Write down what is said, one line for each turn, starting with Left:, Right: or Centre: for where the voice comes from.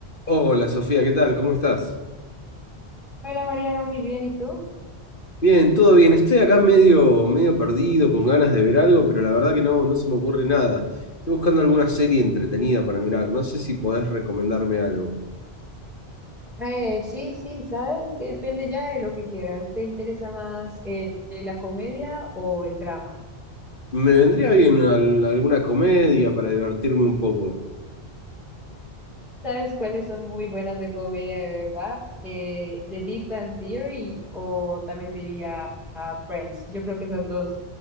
Left: Hola Sofía, ¿qué tal? ¿Cómo estás?
Centre: Hola Mariana, muy bien, ¿y tú?
Left: Bien, todo bien. Estoy acá medio, medio perdido, con ganas de ver algo, pero la verdad que no, no se me ocurre nada. Estoy buscando alguna serie entretenida para mirar. No sé si podés recomendarme algo.
Centre: Eh, sí, sí, sabes, depende ya de lo que quieras. ¿Te interesa más eh, la comedia o el drama?
Left: Me vendría bien al- alguna comedia para divertirme un poco.
Centre: ¿Sabes cuáles son muy buenas de comedia de verdad? Eh, The Big Bang Theory o también diría ah, Friends. Yo creo que esas dos